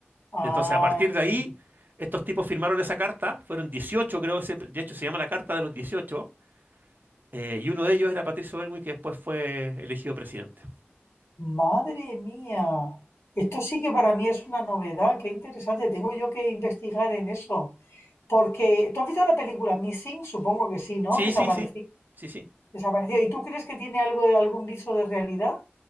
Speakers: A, on the left; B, on the right.
A: ah,
B: Entonces, a partir
A: entiendo.
B: de ahí, estos tipos firmaron esa carta, fueron 18, creo, se- de hecho se llama la Carta de los dieciocho eh, y uno de ellos era Patricio Elwin, que después fue elegido presidente.
A: Madre mía. Esto sí que para mí es una novedad. Qué interesante. Tengo yo que investigar en eso. Porque, ¿tú has visto la película Missing? Supongo que sí, ¿no?
B: Sí,
A: Desapareció.
B: sí, sí, sí, sí. sí.
A: Desapareció. ¿Y tú crees que tiene algo de algún viso de realidad?